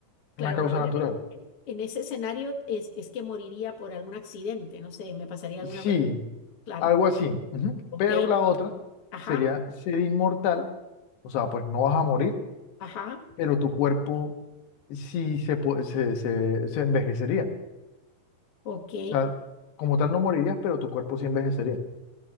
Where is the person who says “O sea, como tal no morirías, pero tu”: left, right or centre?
Left